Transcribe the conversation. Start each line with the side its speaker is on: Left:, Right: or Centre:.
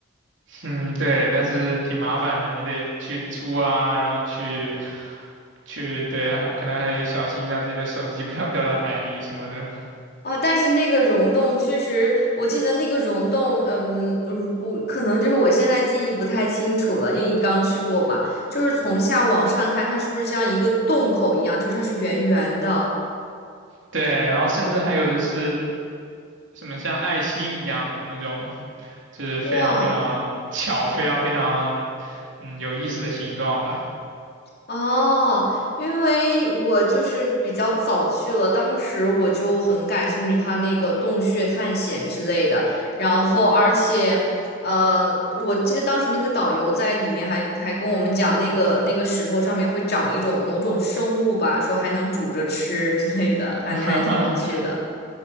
Right: 嗯，对，但是挺麻烦的，你得去租啊，然后去去，对，还可能还得小心一下自己的手机不要掉到海里什么的。
Left: 哦，但是那个溶洞确实，我记得那个溶洞，嗯，嗯我可能就是我现在记忆不太清楚了，因为你刚去过嘛，就是从下往上看，它是不是像一个洞口一样，就是它是圆圆的，
Right: 对，然后甚至还有的是什么像爱心一样的那种，就是非常非常巧，
Left: 哇。
Right: 非常非常嗯有意思的形状吧。
Left: 哦，因为我就是比较早去了，当时我就很感兴趣他那个洞穴探险之类的，然后而且，呃，我记得当时那个导游在里面还还跟我们讲，那个那个石头上面会长一种某种生物吧，说还能煮着吃之类的，
Right: <laughs>
Left: 感觉还挺有趣的。